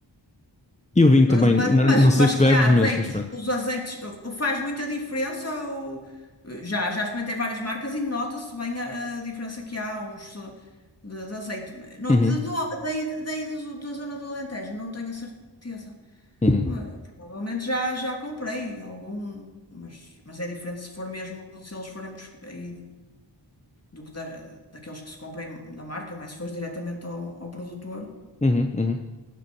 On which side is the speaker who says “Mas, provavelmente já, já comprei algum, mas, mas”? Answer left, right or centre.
Left